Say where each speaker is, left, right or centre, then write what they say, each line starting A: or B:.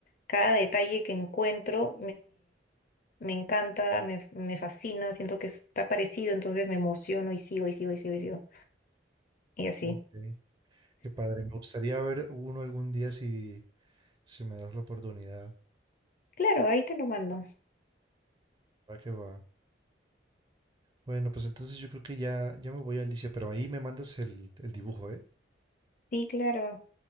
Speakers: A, on the left (about 50°); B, on the right (about 25°).
A: cada detalle que encuentro Me encanta, me, me fascina, siento que está parecido, entonces me emociono y sigo y sigo y sigo y sigo. Y así.
B: Ok, qué padre. Me gustaría ver uno algún día si, si me das la oportunidad.
A: Claro, ahí te lo mando.
B: Va que va. Bueno, pues entonces yo creo que ya, ya me voy a Alicia, pero ahí me mandas el, el dibujo, ¿eh?
A: Sí, claro.